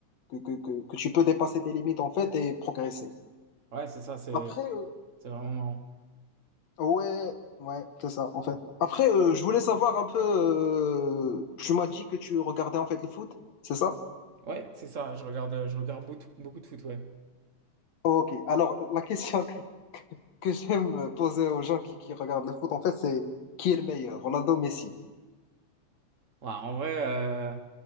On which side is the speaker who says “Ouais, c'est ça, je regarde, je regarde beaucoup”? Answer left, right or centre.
Right